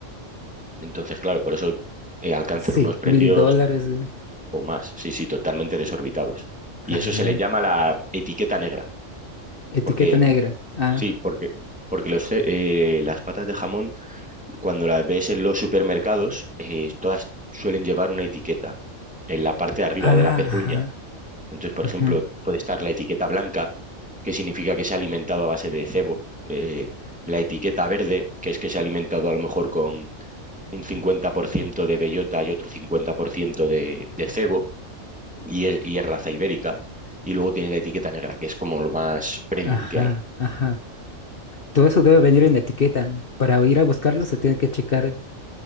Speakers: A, in the centre; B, on the left (about 45°).
A: Entonces, claro, por eso eh, alcanzan
B: Sí,
A: unos precios
B: mil dólares. eh.
A: o más, sí, sí, totalmente desorbitados.
B: Sí, Caray.
A: Y eso se le llama la etiqueta negra,
B: Etiqueta
A: porque
B: negra.
A: mm,
B: Ah,
A: sí, porque, porque los, ce- eh, las patas de jamón, cuando las ves en los supermercados, eh, todas suelen llevar una etiqueta en la parte de arriba
B: ah,
A: de la pezuña.
B: ajá.
A: Entonces, por ejemplo,
B: ujú,
A: puede estar la etiqueta blanca, que significa que se ha alimentado a base de cebo, eh, la etiqueta verde, que es que se ha alimentado a lo mejor con un 50% de bellota y otro 50% de, de cebo y es, y es raza ibérica, y luego tiene la etiqueta negra, que es como lo más premium
B: Ajá,
A: que hay.
B: ajá. Todo eso debe venir en etiqueta. Para ir a buscarlo se tiene que checar.